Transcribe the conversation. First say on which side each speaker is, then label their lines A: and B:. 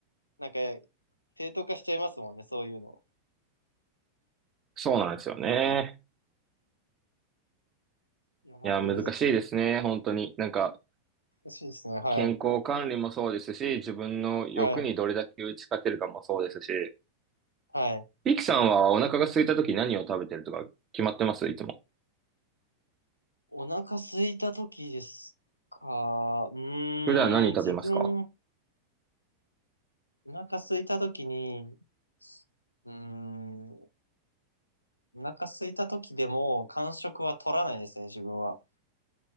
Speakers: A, on the left; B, on the right.
A: なんか正当化しちゃいますもんね、そういうの。
B: そうなんですよね。
A: いやー、
B: いや、難しいですね、本当に。なんか、
A: 難しいですね、はい、
B: 健康管理もそうですし、自分の欲にどれだけ打ち勝てるかもそうですし、
A: はい、はい。
B: リキさんはお腹が空いた時何を食べてるとか決まってますいつも。
A: お腹空いた時ですか、うーん、
B: 普段何食べますか
A: 自分、お腹空いた時に、うーん、お腹空いた時でも間食は取らないですね、自分は。